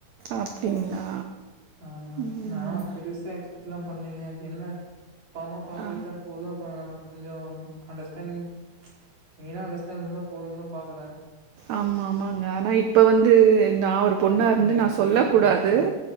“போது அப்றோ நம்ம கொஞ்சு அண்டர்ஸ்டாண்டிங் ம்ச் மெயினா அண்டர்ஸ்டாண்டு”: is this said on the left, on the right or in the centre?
Right